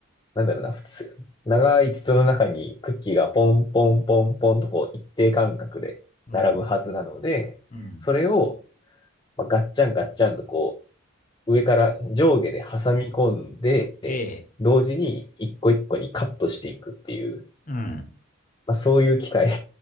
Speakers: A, on the left (about 20°); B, on the left (about 40°).
A: う、なんだろうな、普通、長い筒の中にクッキーがポンポンポンポンとこう一定間隔で並ぶはずなので、
B: うん。うん。
A: それをまあガッチャンガッチャンとこう上から上下で挟み込んで、
B: ええ。
A: 同時に一個一個にカットしていくっていう、
B: うん。
A: まあそういう機械。